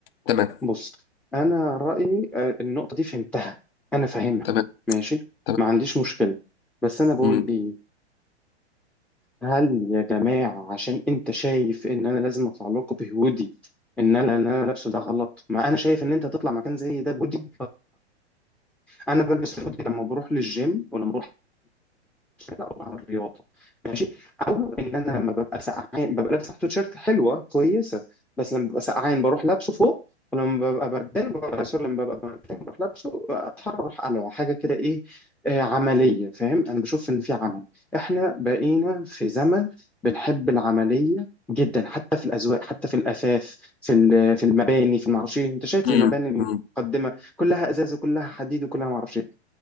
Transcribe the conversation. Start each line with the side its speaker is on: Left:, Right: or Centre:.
Left: تمام
Centre: بص انا رايي أه، النقطه دي فهمتها انا فاهمها
Left: تمام
Centre: ماشي
Left: تمام
Centre: ما عنديش مشكله بس انا بقول
Left: امم
Centre: ايه هل يا جماعه عشان انت شايف ان انا لازم اطلع لكم بهودي ان انا ان انا لابسه ده غلط ما انا شايف ان انت تطلع مكان زي ده بهودي انا بلبس هودي لما بروح للجيم ولما بروح او بعمل رياضه او ان انا لما ببقى سقعان ببقى لابس تحته تيشيرت حلوه كويسه بس لما ببقى سقعان بروح لابسه فوق ولما ببقى بردان ببقى سوري لما ببقى بردان بروح لابسه اتحرر على حاجه كده ايه آه، عمليه فاهم انا بشوف ان في عمل احنا بقينا في زمن بنحب العمليه جدا حتى في الاذواق حتى في الاثاث في ال- في المباني في المعرفش إيه. انت شايف
Left: امم
Centre: المباني
Left: امم
Centre: المتقدمه كلها ازاز وكلها حديد وكلها معرفش ايه